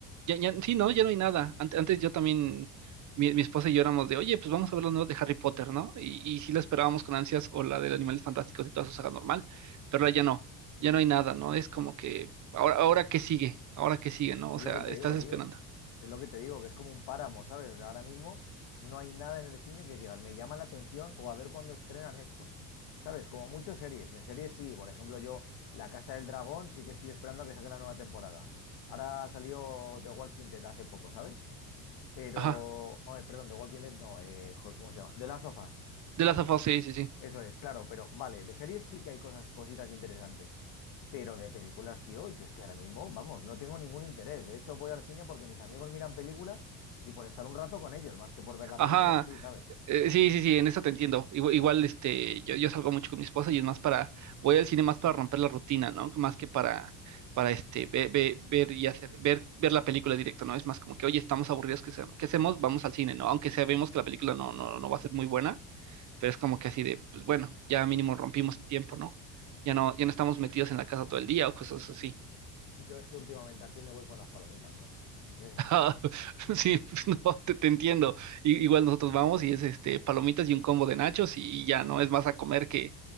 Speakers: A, on the right (about 45°); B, on the left (about 70°).
A: Ya, ya, sí, no, ya no hay nada. Ante- Antes, yo también, mi, mi esposa y yo éramos de, oye, pues vamos a ver los nuevos de Harry Potter, ¿no? Y, y sí la esperábamos con ansias, o la de Animales Fantásticos y toda su saga normal, pero ahora ya no, ya no hay nada, ¿no? Es como que, ahora, ahora qué sigue, ahora qué sigue, ¿no? O
B: Es
A: sea,
B: lo que te
A: estás
B: digo,
A: esperando.
B: tío. Es lo que te digo, que es como un páramo, ¿sabes? O sea, ahora mismo no hay nada en el cine que digas, me llama la atención o a ver cuándo estrenan esto. ¿Sabes? Como muchas series. En series sí, por ejemplo, yo La Casa del Dragón sí que estoy esperando a que saque la nueva temporada. Ahora salió The Walking Dead hace poco, ¿sabes? Pero,
A: Ajá,
B: oye, perdón, The Walking Dead no, eh, joder, ¿cómo se llama? The Last of Us.
A: de las of Us, sí, sí, sí.
B: Eso es, claro, pero vale, de series sí que hay cosas, cositas interesantes, pero de películas, tío, yo es que ahora mismo, vamos, no tengo ningún interés. De hecho, voy al cine porque mis amigos miran películas y por estar un rato con ellos, más que por ver la
A: Ajá.
B: película en sí, ¿sabes?
A: Eh, sí, sí, sí, en eso te entiendo. Igual, igual, este, yo, yo salgo mucho con mi esposa y es más para, voy al cine más para romper la rutina, ¿no? Más que para, para este, ve- ve- ver y hacer, ver, ver la película directo, ¿no? Es más como que, oye, estamos aburridos, ¿qué, hace- qué hacemos? Vamos al cine, ¿no? Aunque sabemos que la película no, no, no va a ser muy buena, pero es como que así de, pues bueno, ya mínimo rompimos el tiempo, ¿no? Ya no, ya no estamos metidos en la casa todo el día o cosas así.
B: Yo es que últimamente al cine voy por las palomitas, macho. Qué desastre.
A: Ah, <laughs> sí, pues, no, te, te entiendo. I- igual nosotros vamos y es este palomitas y un combo de nachos y ya no es más a comer que,